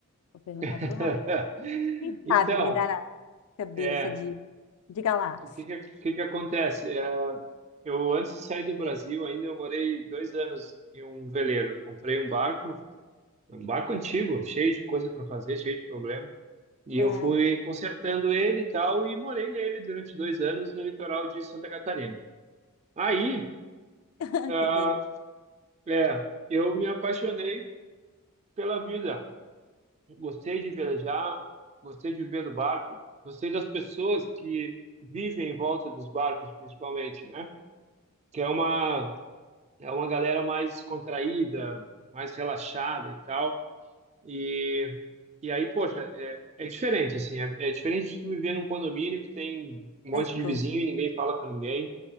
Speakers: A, on the left (about 75°); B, on the right (about 30°).
A: vou perguntar
B: <laughs>
A: para o Rafa, quem
B: Então,
A: sabe me dá cabeça
B: é,
A: de, diga lá.
B: o que que, o que que acontece? É, Eu, antes de sair do Brasil, ainda eu morei dois anos em um veleiro. comprei um barco, um barco antigo, cheio de coisa para fazer, cheio de problema. E
A: Ai,
B: eu fui consertando ele e tal, e morei nele durante dois anos no litoral de Santa Catarina. Aí,
A: <laughs>
B: ah,
A: que delícia.
B: é, eu me apaixonei pela vida. Gostei de velejar, gostei de viver no barco, gostei das pessoas que vivem em volta dos barcos, principalmente, né? Que é uma É uma galera mais contraída, mais relaxada e tal. E, e aí, poxa, é, é diferente, assim. É, é diferente de tu viver num condomínio que tem um monte
A: Mas
B: de
A: gostoso,
B: vizinho e ninguém fala com ninguém.